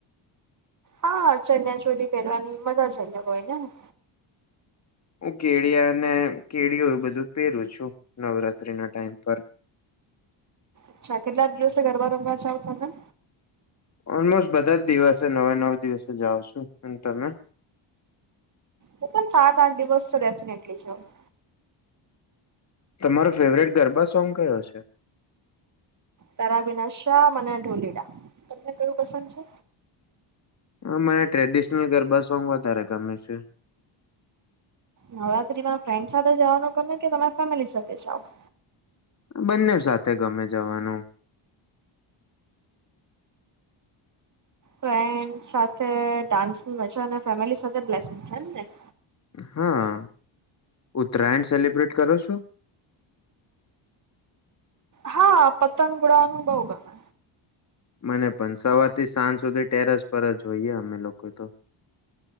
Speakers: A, on the right; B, on the left.
A: હા, ચનિયા-ચોલી પેરવાની મજા જ અલગ હોય ને!
B: હું કેળિયા ને, કેળિયો એવું બધું પેરું છું, નવરાત્રીના ટાઈમ પર.
A: અચ્છા, કેટલા દિવસે ગરબા રમવા જાવ તમે?
B: ઓલમોસ્ટ બધા જ દિવસે નવે નવ દિવસે જાઉં છું, અને તમે?
A: હું પણ સાત-આઠ દિવસ તો, ડેફિનેટલી જાઉં.
B: તમારો ફેવરેટ ગરબા સોંગ કયો છે?
A: તારા વિના શ્યામ અને ઢોલીડા, તમને કયું પસંદ છે?
B: હ, મને ટ્રેડિશનલ ગરબા સોંગ વધારે ગમે છે.
A: નવરાત્રીમાં ફ્રેન્ડ્સ સાથે જાવાનું ગમે કે, તમે ફેમિલી સાથે જાવ?
B: બંનેવ સાથે ગમે જવાનું.
A: ફ્રેન્ડ્સ સાથે ડાન્સની મજા ને, ફેમિલી સાથે બ્લેસિંગ્સ એમ ને!
B: હા, ઉત્તરાયણ સેલિબ્રેટ કરો છો?
A: હા, પતંગ ઉડાવાનું બોઉ ગમે.
B: મને પણ સવારથી સાંજ સુધી ટેરસ પર જ હોઈએ, અમે લોકો તો.